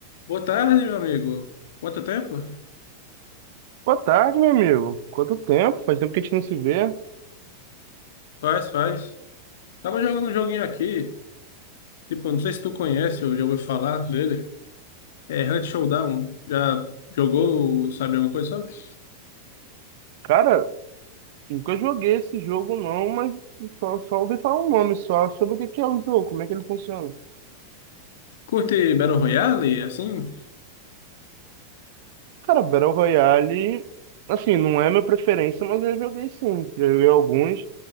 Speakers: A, on the left; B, on the right.
A: Boa tarde, meu amigo. Quanto tempo?
B: Boa tarde, meu amigo. Quanto tempo? Faz tempo que a gente não se vê.
A: Faz, faz. Tava jogando um joguinho aqui, tipo, não sei se tu conhece ou já ouviu falar dele. É Hunt Showdown. Já jogou, sabe alguma coisa, sabe?
B: Cara, nunca joguei esse jogo não, mas só, só ouvi falar um nome só sobre o que que é o jogo, como é que ele funciona.
A: Curte Battle Royale, assim?
B: Cara, Battle Royale, assim, não é minha preferência, mas eu já joguei sim. Já joguei alguns.